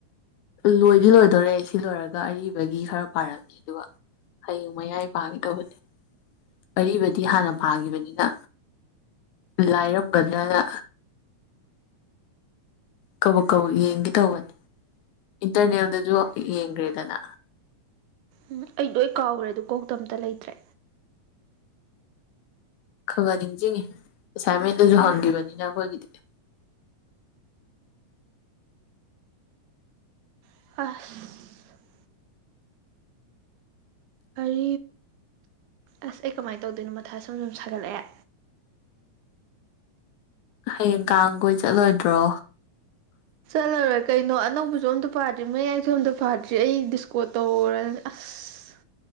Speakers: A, on the left; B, on the right.
A: ꯂꯣꯏꯗꯤ ꯂꯣꯏꯗꯣꯔꯦ ꯁꯤ ꯂꯣꯏꯔꯒ ꯑꯔꯤꯕꯒꯤ ꯈꯔ ꯄꯥꯔꯝꯅꯤ ꯑꯗꯨꯒ ꯍꯌꯦꯡ ꯃꯌꯥꯏ ꯄꯥꯈꯤꯗꯧꯕꯅꯦ ꯑꯔꯤꯕꯗꯤ
B: ꯋꯥ
A: ꯍꯥꯟꯅ ꯄꯥꯈꯤꯕꯅꯤꯅ ꯂꯥꯏꯔꯝꯒꯗ꯭ꯔꯅ ꯀꯧꯕ ꯀꯧꯕ ꯌꯦꯡꯒꯦ ꯇꯧꯕꯅꯤ ꯏꯟꯇꯔꯅꯦꯜꯗꯁꯨ ꯌꯦꯡꯈ꯭ꯔꯦꯗꯅ
B: ꯎꯝ ꯑꯩ ꯂꯣꯏ ꯀꯥꯎꯈ꯭ꯔꯦ ꯑꯗꯨ ꯀꯧꯇꯝꯇ ꯂꯩꯇ꯭ꯔꯦ
A: ꯈꯪꯍꯟ ꯅꯤꯡꯁꯤꯡꯉꯤ ꯑꯦꯁꯥꯏꯟꯃꯦꯟꯗꯨꯁꯨ ꯍꯪꯈꯤꯕꯅꯤꯅ ꯑꯩꯈꯣꯏꯒꯤꯗꯤꯗꯤ
B: ꯑꯁ ꯑ ꯑꯁ ꯑꯩ ꯀꯃꯥꯏꯅ ꯇꯧꯗꯣꯏꯅꯣ ꯃꯊꯥ ꯁꯣꯝ ꯁꯨꯝ ꯁꯥꯒꯠꯂꯛꯑꯦ
A: ꯍꯌꯦꯡ ꯀꯥꯡꯈꯣꯏ ꯆꯠꯂꯣꯏꯗ꯭ꯔꯣ
B: ꯆꯜꯂꯔꯣꯏ ꯀꯩꯅꯣ ꯑꯅꯧꯕꯁꯨ ꯑꯝꯇ ꯄꯥꯗ꯭ꯔꯤ ꯃꯌꯥꯏꯁꯨ ꯑꯝꯇ ꯄꯥꯗ꯭ꯔꯤ ꯑꯩ ꯗꯤꯁꯀꯣꯠ ꯇꯧꯔꯅꯤ ꯑꯁ ꯑꯁ